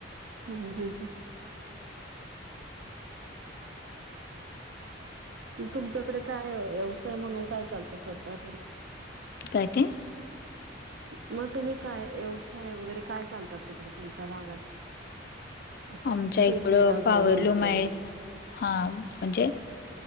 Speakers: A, on the right; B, on the left.
A: हम् हम्... तुमच्याकडे काय व्यवसाय म्हणून काय चालतं सध्या
B: काय ते?
A: मग तुम्ही काय व्यवसाय वगैरे काय चालतात तिकडे तुमच्या भागात? असं
B: आमच्या
A: शेतीला
B: इकडं पॉवरलूम
A: जोडून वगैरे
B: आहेत हा म्हणजे